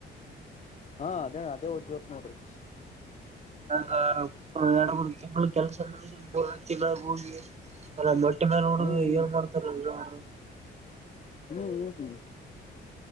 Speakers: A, on the left; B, on the right.
A: ಹಾ ಅದೇ ಅದೇ ಒದ್ ಜೋತ್ ನೋಡ್ರಿ
B: ಹ ಎರಡ ಮೂರು ತಿಂಗಳು ಕೆಲಸ ಹಂತಲ್ಲ ಹೋಗಿ ಎಲೆ ಹೊಗೆ ಒಟ್ಟ ಮೇಲೆ ನೋಡಿದ
A: ಹ್ಮ್ ಹ್ಮ್
B: ಏನ್ ಮಾಡ್ತಾರಲ್ ಅವರು
A: ಹ್ಮ್ಮ